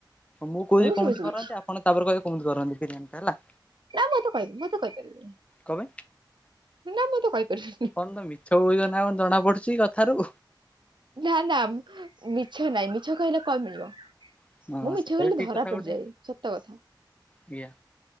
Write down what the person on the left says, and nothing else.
ମୁଁ କହୁଛି କେମିତି
କରନ୍ତି? ଆପଣ ତାପରେ କହିବେ କେମିତି କରନ୍ତି ବିରିୟାନୀ ଟା ହେଲା।
କ ପାଇଁ?
କଣ ତ ମିଛ କହୁଛ ନା କଣ ଜଣା ପଡୁଛି କଥାରୁ।
ହଁ
ସେଟା
ବି ଠିକ
କଥା
ଗୋଟେ
ଆଜ୍ଞା